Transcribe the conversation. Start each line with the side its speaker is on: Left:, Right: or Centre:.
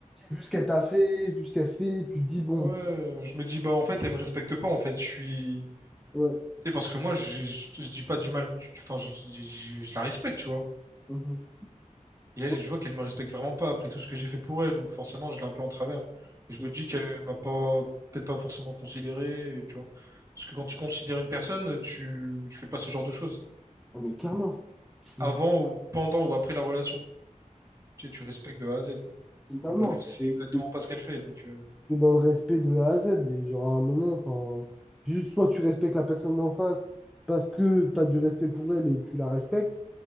Centre: Vu ce qu'elle t'a fait, vu ce qu'elle fait, tu te dis, bon,
Right: ouais, je me dis, bah, en fait, elle me respecte pas, en fait, je suis.
Centre: ouais.
Right: Tu sais, parce que moi, je, je, je dis pas du mal, du- enfin, je, je- je- je la respecte, tu vois.
Centre: mhm,
Right: Et elle,
Centre: ouais,
Right: je vois qu'elle me respecte vraiment pas après tout ce que j'ai fait pour elle, donc forcément, je l'ai un peu en travers. Et je
Centre: ouais.
Right: me dis qu'elle m'a pas, peut-être pas forcément considéré, et tu vois. Parce que quand tu considères une personne, tu, tu fais pas ce genre de choses.
Centre: Ah, Mais clairement,
Right: Avant
Centre: Mhm.
Right: ou pendant ou après la relation. Tu sais, tu respectes de A à Z.
Centre: totalement.
Right: Mais bref, c'est
Centre: T'es
Right: exactement
Centre: t'es-
Right: pas ce qu'elle fait, donc. euh,
Centre: t'es dans le respect de A à Z. Et genre, à un moment, enfin, juste soit tu respectes la personne d'en face parce que t'as du respect pour elle et tu la respectes.